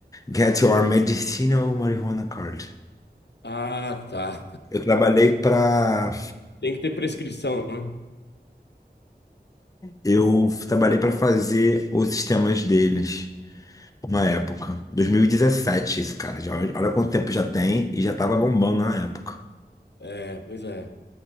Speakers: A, on the left; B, on the left.
A: Get your medicinal marijuana card.
B: Ah, tá.
A: Eu trabalhei para
B: Tem que ter prescrição, né?
A: eu trabalhei para fazer os sistemas deles na época, 2017, isso, cara. Já, olha quanto tempo já tem e já tava bombando na época.
B: É, pois é.